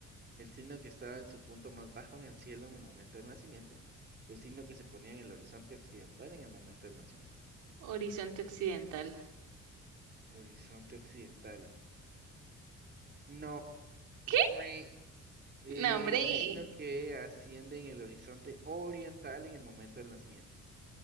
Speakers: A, on the right; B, on the right.
A: el signo que estaba en su punto más bajo en el cielo en el momento del nacimiento, el signo que se ponía en el horizonte occidental en el momento del nacimiento.
B: horizonte occidental.
A: Horizonte occidental. No.
B: ¿Qué?
A: mue. El
B: No, hombre,
A: signo que asciende en el horizonte oriental en el momento del nacimiento.